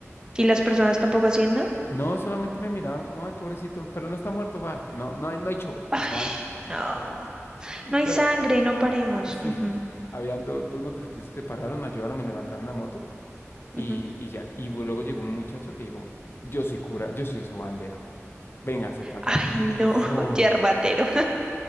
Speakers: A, on the right; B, on the left.
A: Y las personas tampoco hacían nada.
B: No, solamente me miraban como, ay, pobrecito, pero no está muerto, va. No, no hay, no hay show.
A: Ay,
B: Y se van.
A: no. No hay
B: Bueno,
A: sangre, no paremos.
B: sí,
A: Ujú,
B: <laughs> habían do- dos motociclistas que pararon, me ayudaron, me levantaron la moto
A: ujú.
B: y, y ya. Y bu- luego llegó un muchacho que dijo, yo soy cura, yo soy bandero, véngase para acá.
A: Ay, no,
B: Y ¡fum!
A: <laughs> yerbatero.